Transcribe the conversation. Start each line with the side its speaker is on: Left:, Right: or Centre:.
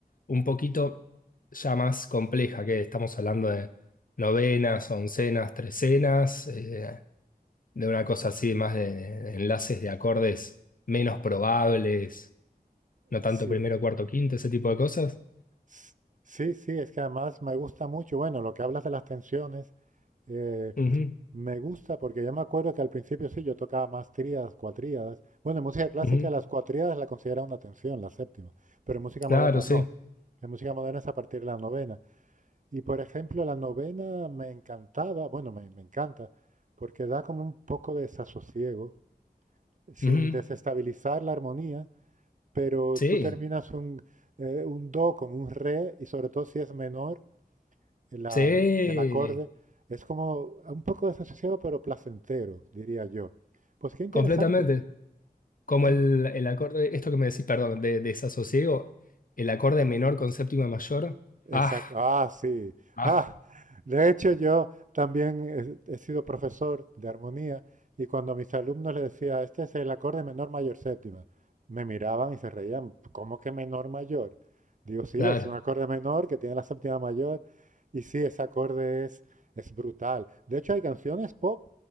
Left: un poquito ya más compleja, que estamos hablando de novenas, oncenas, trecenas, eh, de una cosa así más de, de enlaces de acordes menos probables, no tanto
Right: sí.
Left: primero, cuarto, quinto, ese tipo de cosas.
Right: S- Sí, sí, es que además me gusta mucho, bueno, lo que hablas de las tensiones, Eh,
Left: Ujú,
Right: me gusta porque yo me acuerdo que al principio sí, yo tocaba más tríadas, cuatríadas. Bueno, en música clásica
Left: ujú.
Right: las cuatríadas la considera una tensión, la séptima, pero en música
Left: Claro,
Right: moderna
Left: sí.
Right: no. En música moderna es a partir de la novena. Y por ejemplo, la novena me encantaba, bueno, me, me encanta, porque da como un poco de desasosiego, sin
Left: Ujú.
Right: desestabilizar la armonía, pero
Left: Sí,
Right: tú terminas un, eh, un do con un re, y sobre todo si es menor, la-
Left: sí.
Right: el acorde, es como un poco desasociado, pero placentero, diría yo. Pues qué interesante,
Left: Completamente. Como
Right: qué
Left: el,
Right: interesante.
Left: el acorde, esto que me decís, perdón, de, desasosiego, el acorde menor con séptima mayor. Ah,
Right: Exacto. Ah, sí.
Left: Ah,
Right: Ah, de hecho, yo también he, he sido profesor de armonía y cuando a mis alumnos les decía, este es el acorde menor mayor séptima, me miraban y se reían, ¿cómo que menor mayor? Digo, sí,
Left: claro.
Right: es un acorde menor que tiene la séptima mayor y sí, ese acorde es, es brutal. De hecho, hay canciones pop,